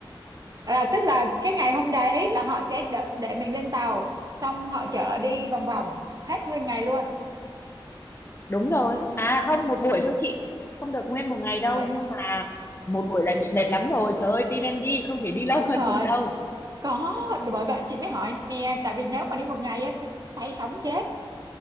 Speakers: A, on the right; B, on the left.
A: là tức là cái ngày hôm đấy là họ sẽ đợi để mình lên tàu xong họ chở đi vòng vòng hết nguyên ngày luôn
B: đúng rồi à không một buổi thôi chị không được nguyên một ngày
A: một
B: đâu
A: buổi hả
B: nhưng mà một
A: ừ
B: buổi là chị mệt lắm rồi trời ơi tin em đi không thể đi <laughs> lâu
A: đúng
B: hơn
A: rồi
B: được đâu
A: có bởi vậy chị mới hỏi nè tại vì nếu mà đi một ngày á tôi say sóng chết